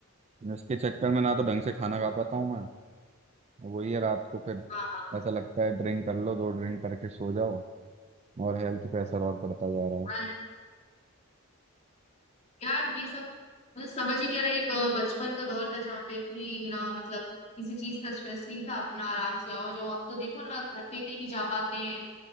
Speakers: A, on the right; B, on the left.
A: इसके चक्कर में ना तो ढंग से खाना खा पाता हूँ मैं वही है रात को फिर
B: हाँ हाँ
A: ऐसा लगता है ड्रिंक कर लो दो ड्रिंक करके सो जाओ और हेल्थ पे असर और पड़ता जा रहा है
B: हाँ। यार ये सब मुझे समझ ही नहीं आ रहा एक अ, बचपन का दौर था जहाँ पे कोई ना मतलब किसी चीज का स्ट्रेस नहीं था अपना आराम से आओ जो अब तो देखो ना घर पे भी नहीं जा पाते हैं